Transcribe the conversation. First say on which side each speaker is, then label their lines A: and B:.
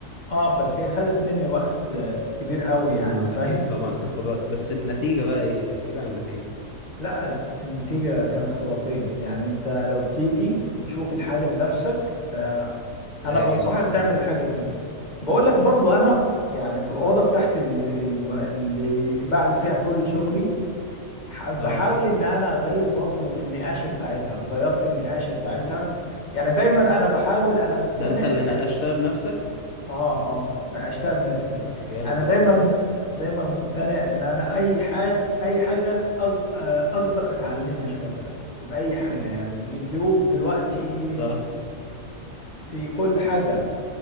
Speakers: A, on the left; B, on the left.
A: اه بس هي خدت مني وقت آه، كبير قوي
B: ما
A: يعني فاهم
B: اكيد طبعا هتاخد وقت بس النتيجة بقى ايه احكي لي عن النتيجة
A: لا النتيجة كانت خرافية يعني انت لو تيجي وتشوف الحاجة بنفسك آه،
B: اجي
A: انا بنصحك
B: طبعا
A: تعمل الحاجة دي بقول لك برضو انا يعني في الأوضة بتاعتي اللي, اللي بعمل فيها كل شغلي ح- بحاول
B: اه
A: ان انا اغير برضو النقاشة بتاعتها غيرت النقاشة بتاعتها يعني دايما انا بحاول انا مقتنع
B: ده انت اللي ناقشتها بنفسك
A: اه اه ناقشتها بنفسي
B: آه، جامد
A: انا دايما
B: يا اسطى
A: مقت... دايما مقتنع ان انا اي حاجه اي حاجه أج... آه، اقدر اتعلمها شويه باي حاجه يعني اليوتيوب دلوقتي
B: صح
A: في كل حاجه